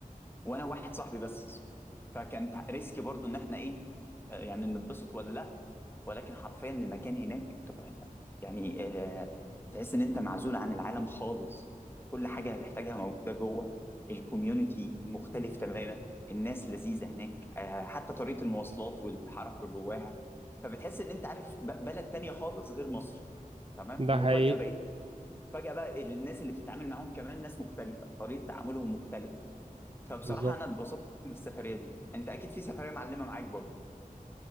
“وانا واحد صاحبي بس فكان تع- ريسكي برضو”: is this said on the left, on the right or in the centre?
Left